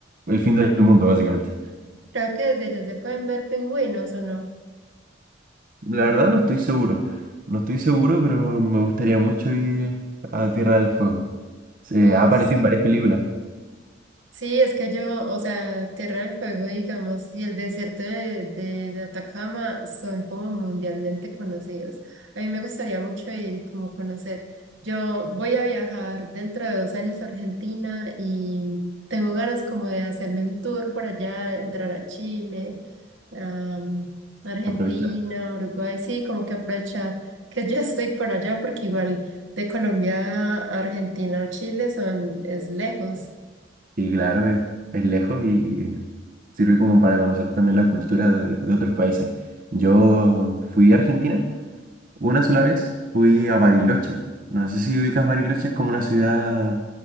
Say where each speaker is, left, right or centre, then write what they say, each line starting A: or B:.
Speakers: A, on the right; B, on the right.
A: el fin del mundo básicamente.
B: creo que desde allá se pueden ver pingüinos o no.
A: La verdad no estoy seguro. No estoy seguro, pero me gustaría mucho ir a Tierra del Fuego. Se
B: Uf,
A: ha aparecido
B: sí.
A: en varias películas.
B: Sí, es que yo, o sea, Tierra del Fuego, digamos, y el desierto de, de Atacama son como mundialmente conocidos. A mí me gustaría mucho ir como conocer. Yo voy a viajar dentro de dos años a Argentina y tengo ganas como de hacerme un tour por allá, de entrar a Chile, a Argentina,
A: Aprovechar.
B: Uruguay, sí, como que aprovechar que ya estoy por allá porque igual de Colombia a Argentina o Chile son, es lejos.
A: Y claro, es, es lejos y sirve como para conocer también la cultura de, de otros países. Yo fui a Argentina una sola vez, fui a Bariloche. No sé si ubicas Bariloche, es como una ciudad